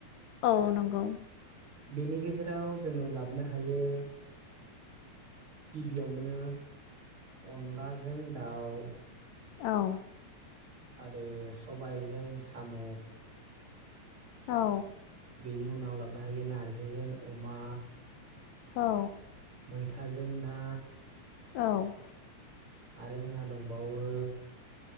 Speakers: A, on the left; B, on the right.
A: औ नंगौ
B: बेनि गेजेराव जोङो लाबोनो हायो। गिबियावनो अनलाजों दाउ।
A: औ।
B: आरो सबायजों साम'।
A: औ।
B: बेनि उनाव लाबोनो हायो नार्जिजों अमा।
A: औ।
B: मैथाजों ना।
A: औ।
B: आरो जोंहा दंबावो।